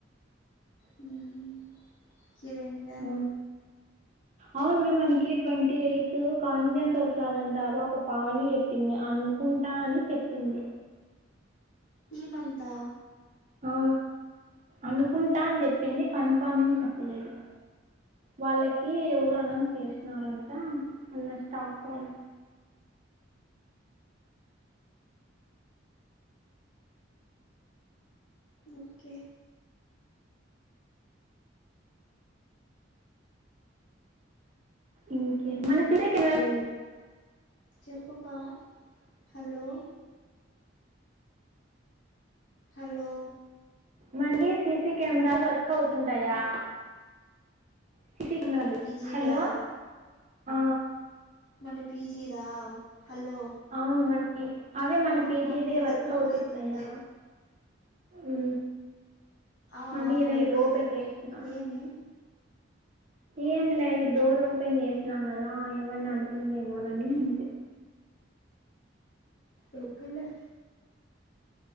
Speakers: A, on the left (about 70°); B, on the right (about 35°).
A: హుమ్ హిరోయిను
B: ఆ అవును మే మనకి ట్వంటీ ఎయిత్ కాన్జెంట్ వస్తాదంట ఆ పాప పావని అనుకుంటా అని చెప్పింది
A: ఈమంతా
B: ఆ అనుకుంటా అని చెప్పింది కన్ఫామ్ ఏం చెప్పలేదు వాళ్ళకి ఎవరో అనౌన్స్ చేసినారంట వాళ్ళ స్టాప్ వాళ్ళు
A: ఓకే
B: ఇంకే <unintelligible>
A: చెప్పు పా హలో హలో
B: మంది సిసి కెమెరాలు వర్క్ అవుతుంటాయా సీసీ కెమెరాలు
A: మన పీజీ
B: హలో
A: వా
B: ఆ
A: మన పీజీదా హలో
B: అవును మన పీజీ అవే మన
A: ఆ
B: పీజీవి
A: నాకు తెలిసి
B: వర్క్ అవుతుంటాయా
A: అయితుంది
B: ఊ
A: ఆ
B: మళ్లి
A: ఆ
B: ఇవి
A: వర్క్
B: ఓపెన్
A: అయితున్నాయి
B: చేస్నా
A: ఏమి
B: ఏం లే ఇది డోర్ ఓపెన్ చేసినాం కదా ఏమన్నా అంటుందేమోనని అంతే.
A: తొక్కలే